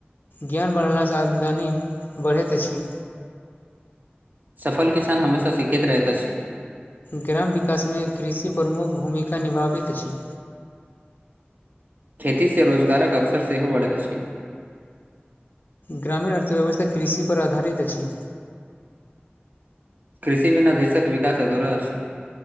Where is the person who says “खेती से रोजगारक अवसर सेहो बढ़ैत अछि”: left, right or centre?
Right